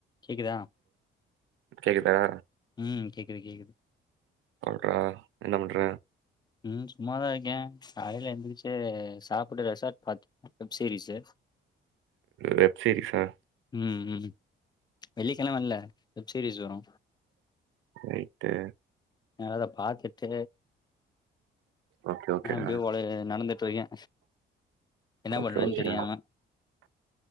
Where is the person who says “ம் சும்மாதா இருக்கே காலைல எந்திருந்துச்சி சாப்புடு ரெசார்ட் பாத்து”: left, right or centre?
Left